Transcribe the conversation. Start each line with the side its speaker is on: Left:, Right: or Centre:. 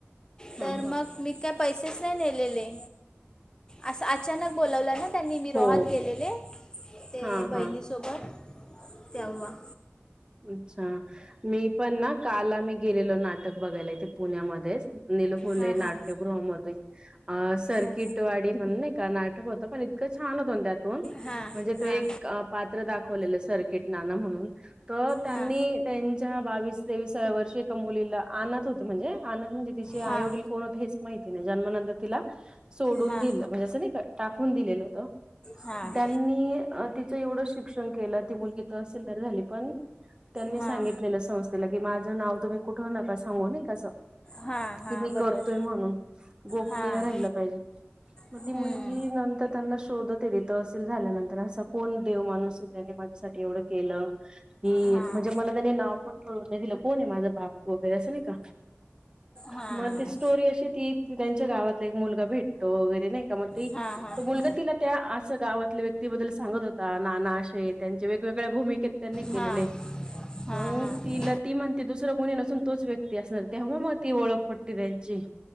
Right: हां
Left: तर
Right: हां
Left: मग. मी काय पैसेच नाही नेलेले असं अचानक बोलावलं ना. त्यांनी मी रोहात
Right: हो
Left: गेलेले ते
Right: हां
Left: बहिणीसोबत.
Right: हां
Left: तेव्हा.
Right: अच्छा मी पण ना काल आम्ही गेलेलो नाटक बघायला इथे. पुण्यामध्येच निलफुले
Left: हां
Right: नाट्यगृहामध्ये
Left: हां
Right: अ सर्किट.
Left: हां
Right: ट अडी म्हणून नाही का नाटक होतं पण इतकं छान होत ना त्यात
Left: हां
Right: म्हणजे
Left: हां
Right: ते एक पात्र दाखवलेलं सर्किट नाना म्हणून. अ त्यांनी
Left: हां
Right: त्यांच्या बावीस तेवीसाव्या वर्षी एका मुलीला अनाथ होते म्हणजे अनाथ म्हणजे तिचे
Left: हां
Right: आई वडील. कोण होत हेच माहिती नाही जन्मानंतर तिला. सोडून
Left: हां
Right: दिलं म्हणजे असं नाही टाकून दिलेलं होत
Left: हां
Right: त्यांनी ती. च एवढं शिक्षण केलं ती मुलगी तहसीलदार झाली पण त्यांनी
Left: हां
Right: सांगितलेल. <unintelligible> <unintelligible> माझं नाव तुम्ही कुठं नका सांगू नाही का असं.
Left: हां हां
Right: की मी
Left: बरोबर
Right: करतोय म्हणून गोपनीय
Left: हां
Right: राहिलं पाहिजे. मग
Left: हां
Right: ती मुलगी नंतर त्यांना शोधत आहे तिथं तहसील झाल्यानंतर असा कोण देव माणूस आहे त्याने माझ्यासाठी एवढं केलं. की
Left: हां
Right: म्हणजे मला त्याने नाव पण कळू नाही दिलं कोण आहे माझं बाप? वगैरे असं नाही का?
Left: हां
Right: मग ती स्टोरी अशी ती ती त्यांच्या गावातला एक मुलगा भेटतो वगैरे नाही का? मग ती
Left: हां हां
Right: तो मुलगा
Left: हां
Right: तिला त्या असं गावातल्या व्यक्तीबद्दल सांगत होता नाना असे त्यांचे वेगवेगळ्या भूमिकेत त्यांनी केलेलेय.
Left: हां हां
Right: मग तिला ती म्हणते दुसरं कोणी नसून तोच व्यक्ती असणार तेव्हा मग ती ओळख पटते त्यांची.